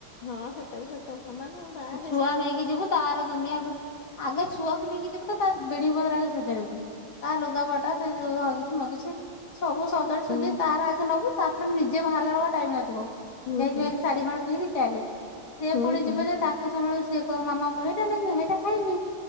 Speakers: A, on the left; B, on the left.
A: ହଁ ସେଟା ବି ସତକଥା ମାନେ ବାହା
B: ଛୁଆ
A: ହେଇସାଇଲା
B: ନେଇକି
A: ମାନେ
B: ଯିବୁ ତାର ଦୁନିଆ ଆଗେ ଛୁଆକୁ ନେଇକି ଯିବ ତ ତା ବେଡିନ୍ଗ୍ ପତ୍ର ସଜାଡିବୁ ତା ଲୁଗାପଟା ସେ ଯୋଉ ହଗିସି ମଗିସି। ସବୁ ସଜାଡି
A: ହୁଁ
B: ସୁଜି ତାର ଆଗେ ନବୁ ତାପ୍ରେ ନିଜେ ବାହାର୍ଲା ବେଳକୁ ଟାଇମ୍ ନାଥିବ
A: ହୁଁ
B: <unintelligible>
A: ହୁଁ
B: ସାଢି ଖଣ୍ଡେ ପିରି ଚାଲେ ସେ
A: ହୁଁ
B: ପୁଣି
A: ହୁଁ
B: ଯିବ ଯେ ତାକୁ ସମ୍ଭାଳିବୁ ସିଏ କହିବ ମାମା ମୁଁ ହେଇଟା ନେବି ହେଇଟା ଖାଇବି।